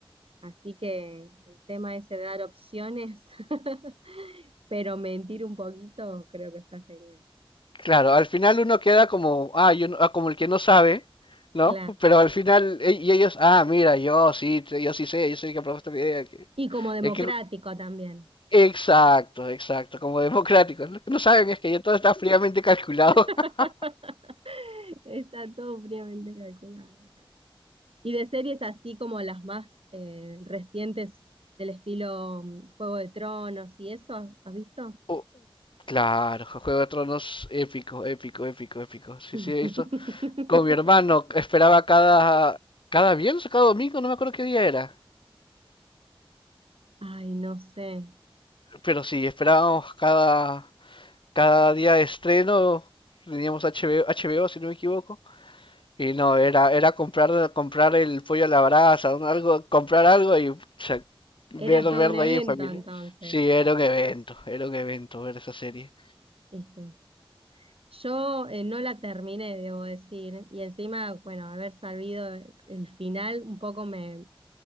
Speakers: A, on the right; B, on the left.
A: Así que el tema ese de dar opciones, <laughs> pero mentir un poquito, creo que está genial.
B: Claro, al final uno queda como, ah, yo, no- ah, como el que no sabe, ¿no?
A: Claro.
B: Pero al final, e- y ellos, ah, mira, yo sí, te- yo sí sé, yo soy el que aprobó esta idea. que-
A: Y como democrático
B: es que,
A: también.
B: exacto, exacto, como democrático. Lo que no saben es que ya todo está fríamente calculado.
A: <laughs>
B: <laughs>
A: Está todo fríamente calculado. Y de series así como las más eh, recientes del estilo mm, Juego de Tronos y eso, ¿has visto?
B: Oh, Claro, Juego de Tronos épico, épico, épico, épico. Sí,
A: <laughs>
B: sí, eso. Con mi hermano esperaba cada, cada viernes o cada domingo, no me acuerdo qué día era.
A: Ay, no sé.
B: Pero sí, esperábamos cada, cada día de estreno teníamos HBO, HBO si no me equivoco. Y no, era, era comprar, comprar el pollo a la brasa, un- algo, comprar algo y pucha, ver,
A: Era
B: verlo
A: todo un evento
B: ahí en familia.
A: entonces.
B: Sí, era un evento, era un evento ver esa serie.
A: Y sí. Yo eh, no la terminé, debo decir, y encima, bueno, haber sabido el final un poco me,